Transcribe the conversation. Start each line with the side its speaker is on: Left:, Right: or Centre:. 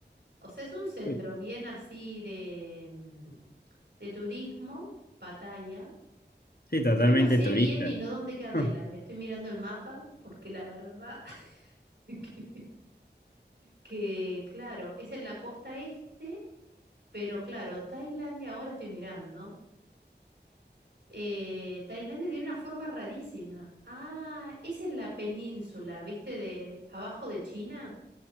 Right: O sea, es un centro
Left: Uy.
Right: bien así de, mm, de turismo, Pattaya.
Left: Sí, totalmente
Right: Yo no sé
Left: turista.
Right: bien ni no dónde queda Tailandia.
Left: <laughs>
Right: Estoy mirando el mapa porque la verdad <laughs> que, que, claro, es en la costa este, pero claro, Tailandia ahora estoy mirando. Eh, Tailandia tiene una forma rarísima. Ah, es en la península, ¿viste? De, de abajo de China.